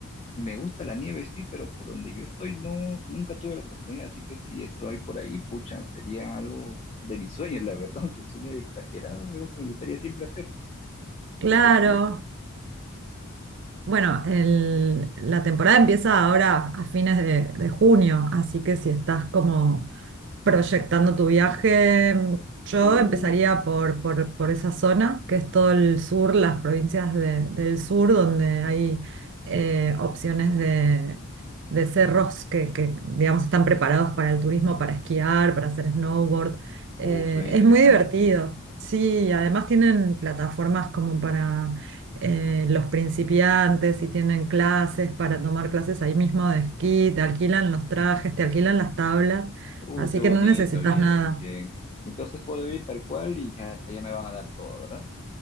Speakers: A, on the left (about 30°); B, on the right (about 55°).
A: Me gusta la nieve, sí, pero por donde yo estoy no, nunca tuve la oportunidad, así que si esto hay por ahí, pucha, sería algo de mis sueños, la verdad, <laughs> aunque suene exagerado, algo que me gustaría siempre hacer. Así
B: Claro.
A: que sí, sí.
B: Bueno, el- la temporada empieza ahora a fines de, de junio, así que si estás como proyectando tu viaje, yo
A: Uh,
B: empezaría por, por, por esa zona, que es todo el sur, las provincias de- del sur, donde hay eh, opciones de, de cerros que, que, digamos, están preparados para el turismo, para esquiar, para hacer snowboard. Eh,
A: uh, suena
B: es
A: interesante.
B: muy divertido. Sí, además tienen plataformas como para eh, los principiantes y tienen clases para tomar clases ahí mismo de esquí, te alquilan los trajes, te alquilan las tablas
A: Uh,
B: Así
A: qué bonito,
B: que no necesitas
A: bien,
B: nada.
A: bien. Entonces puedo ir tal cual y ya, ya me van a dar todo, ¿verdad?